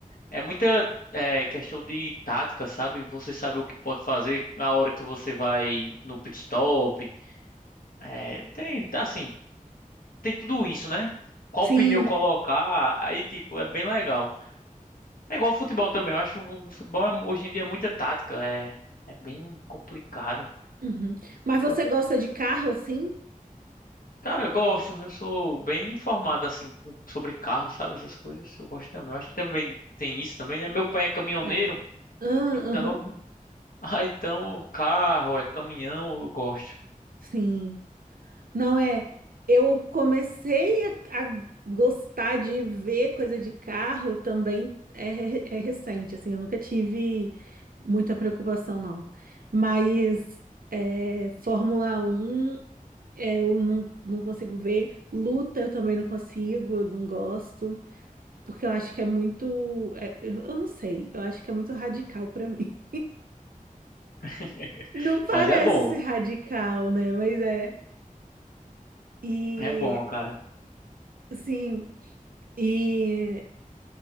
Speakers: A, on the left; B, on the right.
A: é muita é, questão de tática, sabe? Você sabe o que pode fazer na hora que você vai no pit stop. É, tem, assim, tem tudo isso, né? Qual
B: Sim.
A: pneu colocar, aí, tipo, é bem legal. É igual ao futebol também. Eu acho que o futebol é- hoje em dia é muita tática. É, é bem complicado.
B: uhum. Mas você
A: Eu-
B: gosta de carro assim?
A: cara, eu gosto. Eu sou bem informado, assim, com- sobre carro, sabe? Essas coisas. Eu gosto também. Eu acho que também tem isso também, né? Meu pai é caminhoneiro.
B: É. Ah,
A: Então,
B: aham.
A: <laughs> ah, então carro, é caminhão, eu gosto.
B: Sim. Não é. Eu comecei a, a gostar de ver coisa de carro também é, re- é recente, assim, eu nunca tive muita preocupação, não. Mas é, Fórmula Um é, eu não, não consigo ver, luta eu também não consigo, não gosto, porque eu acho que é muito. é, eu eu não sei, eu acho que é muito radical pra mim.
A: <laughs>
B: <laughs> Não parece
A: Mas é bom.
B: ser radical, né? Mas é. E,
A: É bom, cara.
B: sim. E